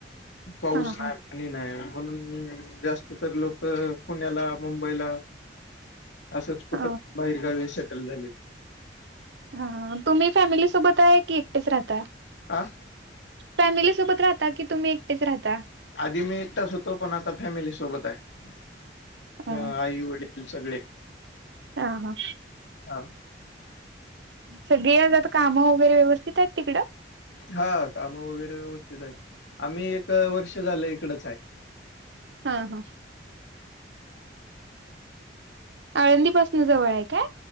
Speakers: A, on the left; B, on the right.
A: पाऊस
B: हा
A: नाय.
B: हा.
A: आणि नाय म्हणून जास्त तर लोक पुण्याला मुंबईला असंच कुठं
B: अ
A: बाहेरगावी सेटल झाली.
B: हा हा तुम्ही फॅमिली सोबत हाय की एकटेच राहता.
A: आ.
B: फॅमिली सोबत राहता की तुम्ही एकटेच राहता.
A: आधी मी एकटाच होतो पण आता फॅमिली सोबत ताय
B: हा
A: आई वडील सगळे
B: ह हा.
A: हां.
B: सगळे आजात कामं वगैरे व्यवस्थित आहेत तिकडं.
A: हा काम वगैरे व्यवस्थित हाईत आम्ही एक वर्ष झालं इकडच हाय.
B: हा हा. आळंदी पासनं जवळ हाय काय?